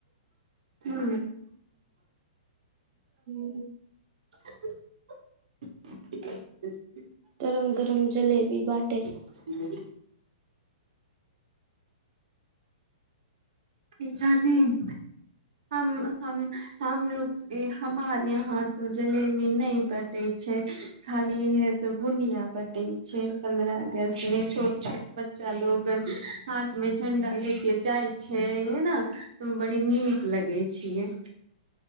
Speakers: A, on the right (about 75°); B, on the right (about 40°).
A: हू
B: हू
A: <unintelligible>
B: गरम गरम जलेबी बा
A: <unintelligible> कि जालेबी हम हम हमलोग हमार यहाँ तो जलेबी नहि बटै बटै छै खाली इहे सब बुनिया बटै छै पंन्द्रह अगस्त मे छोट छोट बच्चा लोगन हाथ मे झण्डा ले के जाइ छै है न बड़ी नीक लगै छियै